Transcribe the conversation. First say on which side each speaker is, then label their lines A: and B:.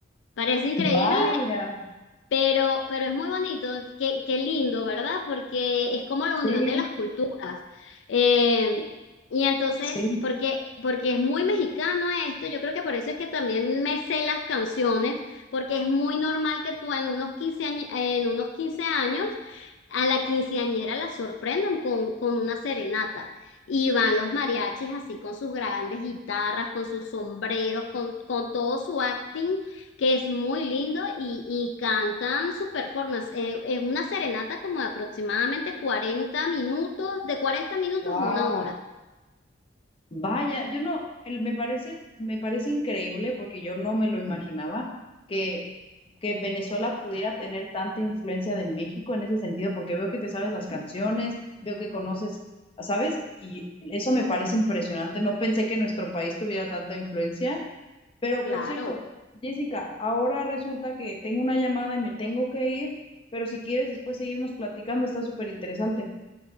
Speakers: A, on the left; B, on the left.
A: Parece increíble
B: vaya,
A: pero, pero es muy bonito, qué, qué lindo, ¿verdad? Porque es como la unión
B: sí,
A: de las culturas. Eh, y entonces,
B: sí,
A: porque, porque es muy mexicano esto, yo creo que por eso es que también me sé las canciones, porque es muy normal que tú en unos quince años, en unos quince años a la quinceañera la sorprendan con, con una serenata. Y van los mariachis así con sus grandes guitarras, con sus sombreros, con, con todo su acting, que es muy lindo, y, y cantan su performance. Eh, es una serenata como de aproximadamente 40 minutos, de cuarenta minutos
B: wow.
A: a una hora.
B: Vaya, yo no, el- me parece, me parece increíble porque yo no me lo imaginaba que, que Venezuela pudiera tener tanta influencia de México en ese sentido, porque veo que te sabes las canciones, veo que conoces, ¿sabes? Y eso me parece impresionante. No pensé que nuestro país tuviera tanta influencia. Pero
A: Claro.
B: por cierto, Jessica, ahora resulta que tengo una llamada y me tengo que ir, pero si quieres después seguimos platicando, está súper interesante.